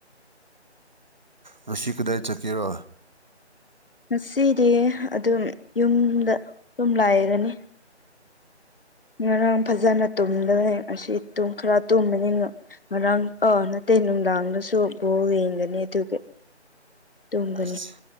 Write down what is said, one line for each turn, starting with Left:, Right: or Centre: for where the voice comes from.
Right: ꯃꯁꯤ ꯀꯗꯥꯏ ꯆꯠꯀꯦꯔꯣ
Left: ꯉꯁꯤꯗꯤ ꯑꯗꯨꯝ ꯌꯨꯝꯗ ꯑꯗꯨꯝ ꯂꯥꯏꯔꯅꯤ ꯉꯔꯥꯡ ꯐꯖꯅ ꯇꯨꯝꯗꯕꯅꯤ ꯑꯁꯤ ꯈꯔ ꯇꯨꯝꯕꯅꯤ ꯉꯔꯥꯡ ꯑꯥ ꯅꯠꯇꯦ ꯅꯨꯡꯗꯥꯡꯗꯁꯨ ꯕꯣꯜ ꯌꯦꯡꯒꯅꯤ ꯑꯗꯨꯒꯤ ꯇꯨꯝꯒꯅꯤ
Right: ꯑꯁ